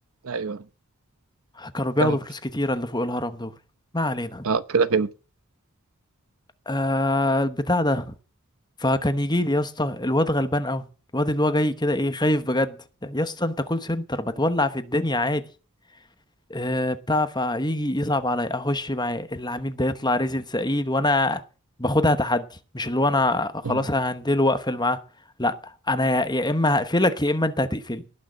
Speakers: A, on the right; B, on the left.
A: أيوه
B: كانوا بياخدوا
A: كمل
B: فلوس كتيرة اللي فوق الهرم دول ما علينا
A: أه كده كده
B: آه البتاع ده فكان يجي لي يا اسطى الواد غلبان قوي الواد اللي هو جاي كده ايه خايف بجد يا اسطى انت كول سنتر بتولع في الدنيا عادي آه، بتاع فيجي يصعب عليا اخش مع العميل ده يطلع رزل سعيد وانا باخدها تحدي مش اللي هو انا خلاص
A: مم.
B: ههندله واقفل معاه لا انا يا يا اما هقفلك يا اما انت هتقفلني